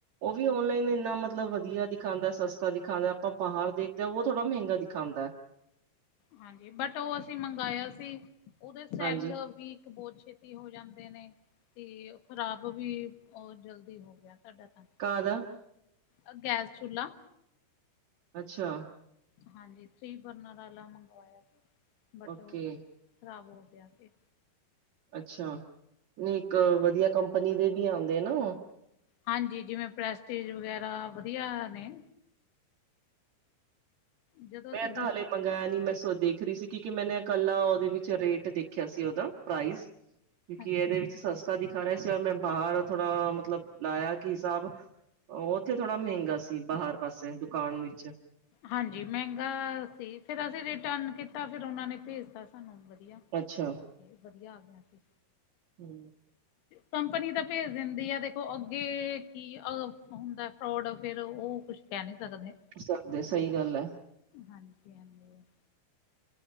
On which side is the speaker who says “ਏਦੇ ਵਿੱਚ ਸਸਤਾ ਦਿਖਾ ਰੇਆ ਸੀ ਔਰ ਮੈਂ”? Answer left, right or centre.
Right